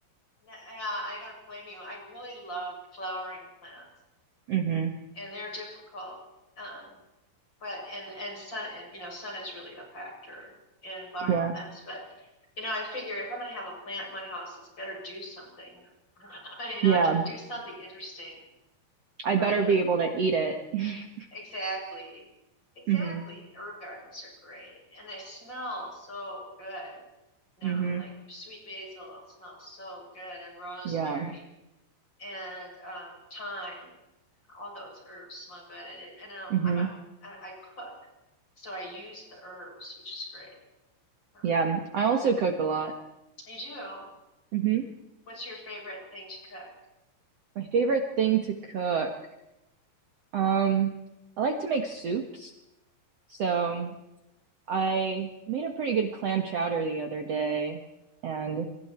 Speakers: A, on the left; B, on the right.
A: Yeah, I don't blame you. I really love flowering plants,
B: hmm
A: and they're difficult. Um, But and and sun and, you know sun is really a factor in flowering
B: Yeah.
A: plants. But you know I figure if I'm going to have a plant in my house, it's better do something. <laughs> you
B: Yeah.
A: know, do something interesting.
B: I
A: Right,
B: better be
A: like
B: able to eat it. <laughs>
A: exactly, exactly.
B: hmm
A: Herb gardens are great, and they smell so good. No,
B: hmm
A: like sweet basil smells so good, and rosemary
B: Yeah.
A: and um, thyme all those herbs smell good. And, it, and um,
B: hmm
A: I'm a, I, I cook, so I use the herbs, which is great. Uh,
B: Yeah. I also cook a lot.
A: you do.
B: hmm
A: What's your favorite thing to cook?
B: My favorite thing to cook. Um, I like to make soups. So I made a pretty good clam chowder the other day and